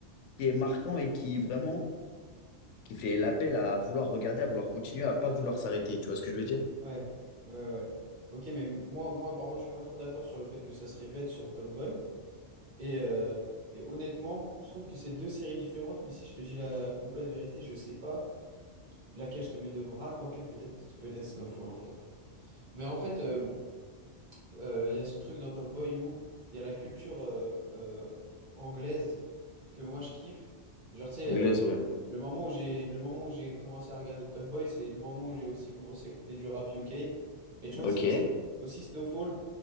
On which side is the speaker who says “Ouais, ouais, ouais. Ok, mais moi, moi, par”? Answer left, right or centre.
Right